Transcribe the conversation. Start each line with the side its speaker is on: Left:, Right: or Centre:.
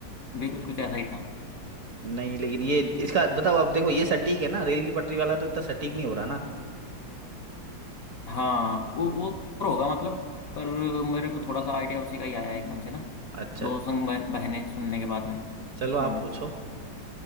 Left: भी कुछ कुछ ऐसा ही था
Right: नहीं लेकिन ये इसका बताओ आप देखो ये सटीक है ना रेल की पटरी वाला तो इतना सटीक नहीं हो रहा ना
Left: हाँ वो वो कुछ और होगा मतलब पर मेरे को थोड़ा सा आइडिया उसी का ही आया एकदम से ना
Right: अच्छा
Left: दो संग बह- बहनें सुनने के बाद में हम्म
Right: चलो आप पूछो